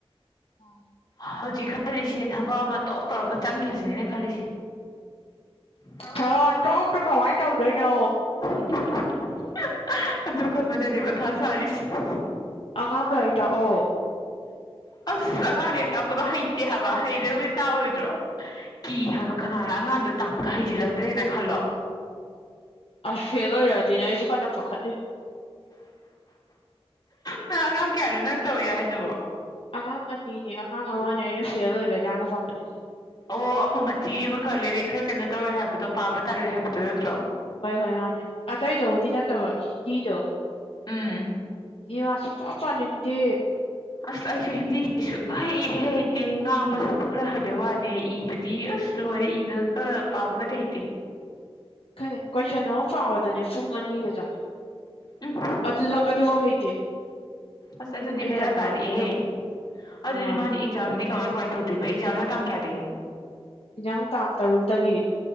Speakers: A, on the left; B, on the left.
A: ꯍ <unintelligible> <inaudible>
B: ꯍꯧꯖꯤꯛ ꯈꯜꯂꯤꯁꯦ ꯊꯕꯛ ꯑꯃ ꯇꯣꯛ ꯇꯧꯔꯒ ꯆꯪꯈꯤꯕꯁꯤꯅꯦꯅ ꯈꯜꯂꯤꯁꯦ ꯍ
A: ꯊꯥꯔꯛꯑꯣ ꯇꯣꯛꯇ ꯀꯃꯥꯏꯅ ꯇꯧꯗꯣꯏꯅꯣ
B: <unintelligible> <inaudible> ꯑꯗꯨ ꯈꯟꯄꯗꯅꯦ ꯃꯊꯥ ꯁꯥꯔꯤꯁꯦ <unintelligible>
A: ꯑꯉꯥꯡ ꯂꯥꯏꯔꯤꯛ ꯇꯥꯛꯑꯣ
B: <inaudible> ꯑꯁ ꯑꯉꯥꯡꯗ ꯍꯦꯛ ꯇꯥꯛꯄꯗꯣ ꯍꯩꯇꯦ ꯍꯥꯏꯕ ꯍꯩꯗꯤꯕꯨꯗꯤ ꯇꯥꯛꯑꯣꯏꯗ꯭ꯔꯣ ꯀꯤ ꯍꯥꯏꯕ ꯀꯅꯥꯅ ꯑꯉꯥꯡꯗꯣ ꯇꯥꯛꯄꯗ ꯍꯩꯖꯤꯜꯂꯛꯇ꯭ꯔꯦꯅ ꯈꯜꯂꯣ
A: ꯑꯁ ꯐꯦꯜ ꯑꯣꯏꯔꯗꯤꯅꯦ ꯑꯩꯁꯤ ꯀꯥꯟꯅ ꯄꯥꯈꯠꯗꯤꯦ
B: ꯅꯪ ꯑꯉꯥꯡ ꯀꯌꯥꯅꯣ ꯅꯪ ꯇꯧꯋꯦ ꯍꯥꯏꯗꯨꯕꯣ
A: ꯑꯉꯥꯡ ꯑꯅꯤꯅꯦ ꯑꯉꯥꯡ ꯑꯃꯅꯦ ꯑꯩꯅ ꯐꯦꯜ ꯑꯣꯏꯒꯗ꯭ꯔꯥꯅ ꯐꯥꯈꯠꯂꯤꯁꯦ
B: ꯑꯣ ꯑꯃ ꯃꯆꯤ ꯑꯃꯈꯛ ꯂꯩꯔꯦ ꯈꯔ ꯀꯩꯅꯣ ꯇꯧꯋꯦ ꯍꯥꯏꯕꯗꯣ ꯄꯥꯕ ꯇꯜꯂꯦ ꯍꯥꯏꯕꯗꯣ ꯅꯠꯇ꯭ꯔꯣ
A: ꯍꯣꯏ ꯍꯣꯏ ꯃꯥꯅꯦ ꯑꯇꯩꯗꯕꯨꯗꯤ ꯅꯠꯇꯕ ꯍꯤꯟꯗꯤꯗꯣ
B: ꯎꯝ
A: ꯍꯤꯟꯗꯤ ꯃꯥ ꯁꯨꯡꯄꯥ ꯄꯥꯅꯤꯡꯗꯦ
B: ꯑꯁ ꯑꯩꯁꯨ ꯍꯤꯟꯗꯤꯁꯤꯁꯨ ꯏꯍꯦ ꯍꯩꯇꯦ ꯉꯥꯡꯕ ꯁꯛꯄ ꯈꯔ ꯍꯥꯏꯕꯩ ꯋꯥꯅꯦ ꯏꯕꯗꯤ ꯑꯁ ꯂꯣꯏꯔꯦ ꯏꯕꯒ ꯄꯥꯕꯒꯗꯤ ꯍꯩꯇꯦ ꯑꯣꯦ
A: ꯈꯪꯉꯦ ꯀꯣꯏꯁꯟ ꯑꯃ ꯄꯥꯎꯕꯗꯅꯦ ꯄꯨꯡ ꯑꯅꯤꯒ ꯆꯪꯉꯦ
B: ꯎꯝ
A: ꯑꯗꯨꯗ ꯑꯗꯨꯐꯥꯎ ꯍꯩꯇꯦ
B: ꯑꯁ ꯑꯗꯨꯗꯤ
A: ꯑꯩ
B: ꯄꯦꯔꯥ
A: ꯇꯟꯕ
B: ꯀꯔꯦꯍꯦ
A: ꯑꯃ ꯌꯥꯎꯋꯦ
B: ꯑꯗꯨ ꯑꯗꯨꯗꯤ
A: ꯃꯥꯅꯦ
B: ꯃꯥꯗꯤ ꯑꯦꯛꯖꯥꯝ ꯗꯤ ꯀꯃꯥꯏ ꯀꯃꯥꯏ ꯇꯧꯗꯣꯏꯔꯤꯕ ꯑꯦꯛꯖꯥꯝꯅ ꯇꯥꯡ ꯀꯌꯥꯗꯩꯅꯣ
A: ꯍꯟꯖꯥꯡ ꯇꯥꯡ ꯇꯔꯨꯛꯇꯒꯤ